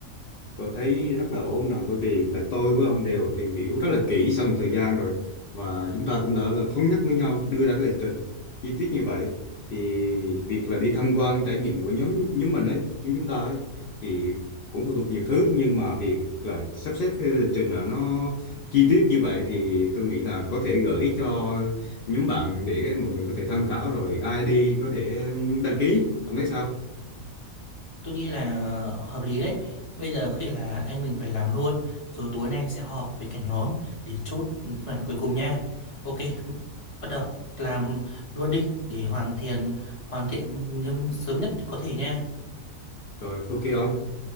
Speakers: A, on the left; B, on the left.
A: Tôi thấy rất là ổn nè bởi vì là tôi với ông đều tìm hiểu rất là kỹ sau một thời gian rồi và chúng ta cũng đã là thống nhất với nhau đưa ra cái lịch trình chi tiết như vậy thì việc là đi tham quan trải nghiệm của nhóm nhóm mình ấy nhóm chúng ta ấy thì cũng phụ thuộc nhiều thứ nhưng mà việc là sắp xếp cái lịch trình là nó chi tiết như vậy thì tôi nghĩ là có thể gửi cho nhóm bạn để mọi người có thể tham khảo rồi ai đi có thể đăng ký ông thấy sao
B: Tôi nghĩ là ờ, hợp lý đấy. Bây giờ khi là anh mình phải làm luôn, rồi tối nay sẽ họp với cả nhóm để chốt phương án cuối cùng nha. Ok, bắt đầu làm luôn đi để hoàn thiện hoàn thiện nhâm- sớm nhất có thể nha.
A: rồi ok không